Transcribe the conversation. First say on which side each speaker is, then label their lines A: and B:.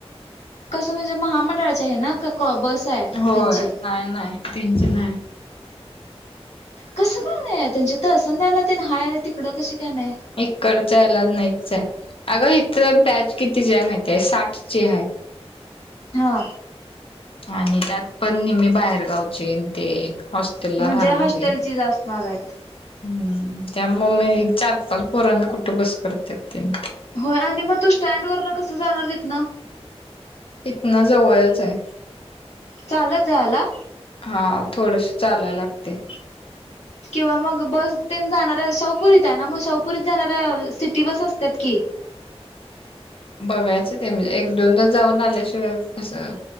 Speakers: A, on the left; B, on the left.
A: कसं म्हणजे महामंडळाचे आहे ना का बस. आहे
B: होय
A: त्यांची
B: नाही नाही त्यांची नाही.
A: कसं का नाही त्यांची तर असं द्या आला ते ना हाय आणि तिकडं कशी काय नाही.
B: इकडच आहेला नाहीच आहे अगं इथ बॅच कितीची आहे माहिती आहे साठची आहे.
A: हा.
B: आणि त्यात पण नेहमी बाहेर गावचे ते. हॉस्टेलला
A: म्हणजे
B: राहणारी
A: हॉस्टेल च असणार आहेत..
B: हम्म त्या मम्मी चार पाच पोरांना कुटुं बस करत त्यां.
A: होय आणि मग तू स्टँड वर न कसं जाणार तथ ना.
B: तिथन जवळच आहे.
A: चालत जायला.
B: हा थोडस चालायला लागते.
A: किंवा मग बस ते जाणाऱ्या शाहूपुरीत आहे ना मग शाहूपुरीत जाणाऱ्या सिटी बस असतात की
B: बघायचं ते म्हणजे एक दोनदा जाऊन आल्याशिवाय कसं